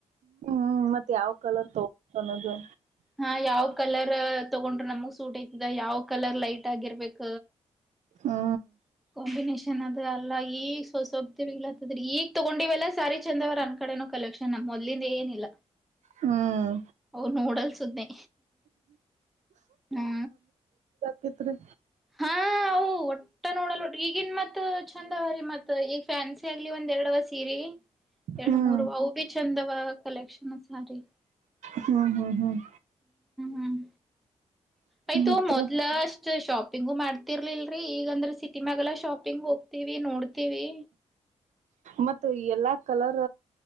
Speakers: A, on the right; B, in the centre.
A: ಹ್ಮ್ ಮತ್ತತ್ ಯಾವ್ ಕಲರ್ ತಗ ಸಮದು
B: ಹಾ ಯಾವ್ ಕಲರ್ ತಗೊಂಡ್ರ ನಮಗ ಸೂಟ್ ಐತದ ಯಾವ್ ಕಲರ್ ಲೈಟ್ ಆಗಿರ್ಬೇಕ
A: ಹಾ
B: ಕಾಂಬಿನೇಷನ್ ಅದ ಅಲ್ಲ ಈಗೊಬ್ದ ಇಲತ್ತದ್ರಿ ಈಗ ತಗೊಂಡಿವಲ್ಲ ಸ್ಯಾರಿ ಚಂದವ್ರ ಅಂದ ಕಡೆನೂ ಕಲೆಕ್ಷನ್ ಮೊದಲಿಂದ ಏನಿಲ್ಲಾ
A: ಹ್ಮ್
B: ಅವ ನೂಡಲ್ಸ್್ದೆ ಹ್ಮ
A: ಕತನೆ
B: ಹಾ ಒಟ್ಟ ನೋಡಲ್ ಒಟ್ರಿ ಈಗಿನ್ ಮತ್ ಚಂದ ಅವವೀ ಮತ್ ಈಗ ಫ್ಯಾನ್ಸಿ ಆಗ್ಲಿ ಒಂದ್ ಎರಡ್ವ ಸೀರಿ ಎರಡು
A: ಹ್ಮ್
B: ಮೂರು ಅವು ಬಿ ಚಂದ ವ ಕಲೆಕ್ಷನ್ ಸ ರ
A: ಹ್ಮ್- ಹ್ಮ್ -ಹ್ಮ್
B: ಹ್ಮ್ ಆಯ್ತು
A: ಮತ್ರಿ
B: ಮೊದ್ಲಸ್ ಶಾಪ್ ಪಂಗು ಮಾಡ್ತಿರ್ಲಲ್ರರಿ ಈಗಂದ್ರೆ ಸಿಕ್ ನಿಮಾಗೆಲ್ಲ ಶಾಪಿಂಗ್ ಹೋಗ್ತಿವಿ ನೋಡ್ ತಿವಿ
A: ಮತ್ತ ಎಲ್ಲಾ ಕಲರ್